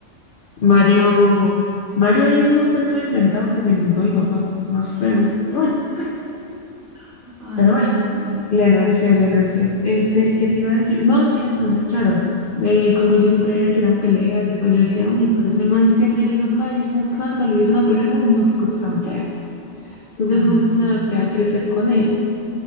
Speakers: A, on the left; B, on the right.
A: Mario,
B: Mario, ¿qué?
A: Mario hay un nombre todo inventado que se inventó mi papá, más feo. Pero bueno,
B: <laughs> ay,
A: pero
B: ¿cómo
A: bueno,
B: así?
A: le nació, le nació. Este, ¿qué te iba a decir? No, sí, entonces, claro, eh, como yo siempre veía que eran peleas y todo, yo decía, uy, pero ese man siempre llega acá y es un escándalo y es una pelea, uy, no, qué cosa tan fea. Entonces
B: Ay,
A: nunca
B: claro.
A: me adapté a crecer con él.